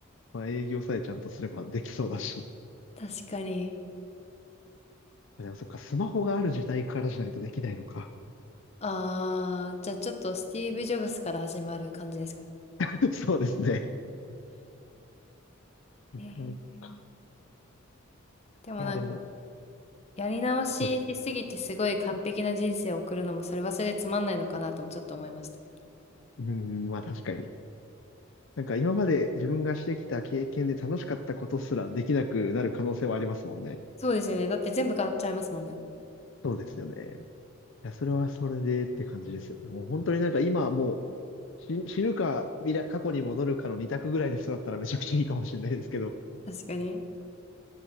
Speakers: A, on the left (about 65°); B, on the left (about 30°).
A: まあ営業さえちゃんとすればできそうだし。
B: 確かに。
A: あでもそっか、スマホがある時代からじゃないとできないのか。
B: ああ、じゃあちょっとスティーブ・ジョブズから始まる感じですか
A: <laughs> そうですね。いくらいか。
B: ね。えーでもなんか、
A: いや、でも、
B: やり直ししすぎてすごい完璧な人生を送るのも、
A: どう
B: それはそれでつまんないのかなともちょっと思いました。
A: うーん、まあ確かに。なんか今まで自分がしてきた経験で楽しかったことすらできなくなる可能性はありますもんね。
B: そうですよね。だって全部買っちゃいますもんね。
A: そうですよね。いや、それはそれでって感じですよね。もう本当になんか今もう死、死ぬか未来、過去に戻るかの二択ぐらいの人だったらめちゃくちゃいいかもしれないですけど。
B: 確かに。